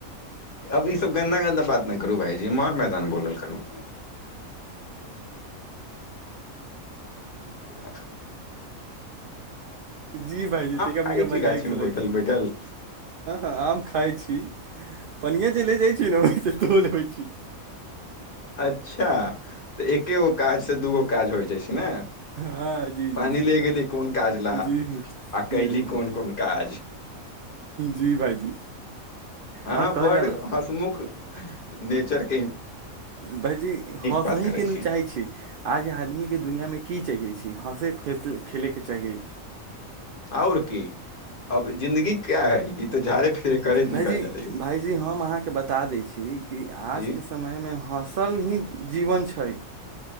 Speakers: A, on the left (about 45°); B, on the right (about 70°).
A: अब ई सब गन्दा गन्दा बात नहि करू भाायजी इ मर मैदान बोलल करू आ
B: जी भाइजीतमे
A: खाइ छी
B: मजा
A: गाछी मे
B: चलै
A: बैठल
B: छी
A: बैठल
B: आम खाइ छी पनिया ज ले जाइ छी न तने हो छी
A: अच्छा तऽ एके गो काज से दूगो काज होइ जाइ छै ने
B: हँ जी
A: पानी
B: जी
A: ले गेली कोन काज ला
B: जी
A: आ
B: जी
A: कयली कोन कोन काज
B: जी भाइजी
A: हँ
B: आओर कहल
A: बड
B: जाउ
A: हसमुख नेचरके
B: भाायजी हँ
A: बात
B: सही
A: करै
B: केन
A: अहाँ
B: चाहे छी आज आदमी के दुनिया मे की चाहिे छी हँसे खेलैके चाही
A: आओर की अब जिन्दगी क्या है ई तऽ झाड़े फेरे करैत
B: भाइजी
A: निकल जेतै
B: भाइजी हम अहाँकेँ बता दै छी कि
A: जी
B: आजके समयमे हँसल ही जीवन छै